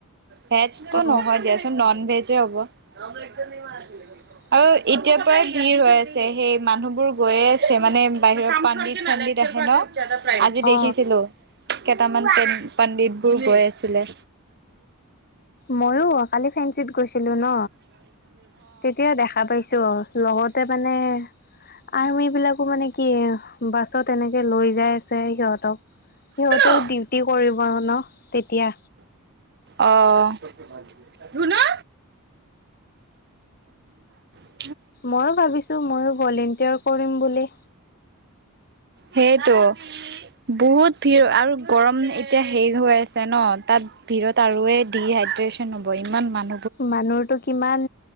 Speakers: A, on the right; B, on the left.
A: ভেজটো
B: অ
A: নহয় দিয়াচোন নন ভেজে হ'ব। <unintelligible>
B: <inaudible>
A: আৰু এতিয়াৰ পৰাই হিৰ হৈ আছে সেই মানুহবোৰ গৈয়ে আছে, মানে বাহিৰত পাণ্ডিত চাণ্ডিত আহে ন। যাদৱ পায়েং আজি
B: অ
A: দেখিছিলো। কেটামান পেট পাণ্ডিত বোৰ গৈ আছিলে।
B: ময়ো কালি ফেঞ্চিত গৈ ছিলোঁ ন, তেতিয়া দেখা পাইছোঁ, লগতে মা নে, আৰ্মি বিলাকো মানে কি অঁ বাছত এনেকে লৈ যাই আছে সিহঁতক, সিহঁতেও
A: অ।
B: ডিউটি কৰিব ন'। তেতিয়া
A: অঁ ধুনু <inaudible>
B: ময়ো ভাবিছোঁ ময়ো ভলেণ্টিয়াৰ কৰিম বুলি।
A: সেইটোয়ে বহুত ভিৰ আৰু গৰম এতিয়া শেষ হৈ আছে ন। তাত ভিৰত আৰুয়ে ডিহাইড্ৰেচন হ'ব। ইমান মানুহ
B: মানুহটো কিমান